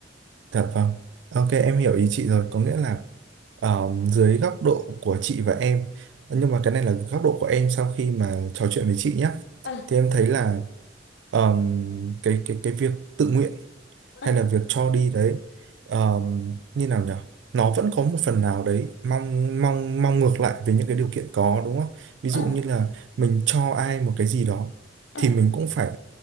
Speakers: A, on the right (about 80°); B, on the left (about 80°).
A: dạ vâng. Ok, em hiểu ý chị rồi, có nghĩa là ờ, dưới góc độ của chị và em, nhưng mà cái này là góc độ của em sau khi mà trò chuyện với chị nhé,
B: à
A: thì em thấy là ờm, cái cái cái việc tự nguyện hay
B: à
A: là việc cho đi đấy ờm, như nào nhỉ? Nó vẫn có một phần nào đấy mong mong mong ngược lại với những cái điều kiện có đúng không? Ví dụ
B: à
A: như là mình cho ai một cái gì đó
B: à
A: thì mình cũng phải